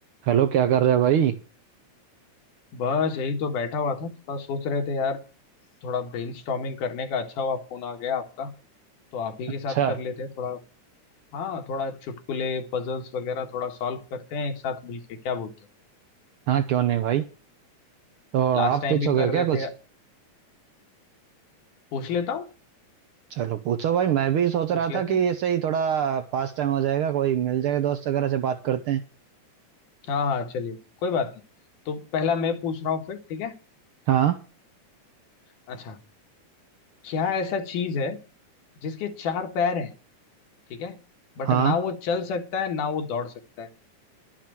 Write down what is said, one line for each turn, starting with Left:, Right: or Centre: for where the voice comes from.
Right: हेलो क्या कर रहे हो भाई
Left: बस यही तो बैठा हुआ था थोड़ा सोच रहे थे यार थोड़ा ब्रेनस्टॉर्मिंग करने का अच्छा हुआ फोन आ गया आपका तो आप ही
Right: अच्छा
Left: के साथ कर लेते हैं थोड़ा हाँ थोड़ा चुटकुले पजल्स वगैरह थोड़ा सॉल्व करते हैं एक साथ मिलके क्या बोलते हो
Right: हाँ क्यों नहीं भाई तो
Left: लास्ट
Right: आप
Left: टाइम
Right: पूछोगे
Left: भी कर
Right: क्या
Left: रहे थे
Right: कुछ
Left: पूछ लेता हूँ
Right: चलो पूछो भाई मैं भी सोच
Left: पूछ
Right: रहा
Left: लेते
Right: था कि
Left: हैं
Right: ऐसे ही थोड़ा पास टाइम हो जाएगा कोई मिल जाएगा दोस्त वगैरह से बात करते हैं
Left: हाँ हाँ चलिए कोई बात नहीं तो पहला मैं पूछ रहा हूँ फिर ठीक है
Right: हाँ
Left: अच्छा क्या ऐसा चीज है जिसके चार पैर हैं ठीक है बट
Right: हाँ
Left: ना वो चल सकता है ना वो दौड़ सकता है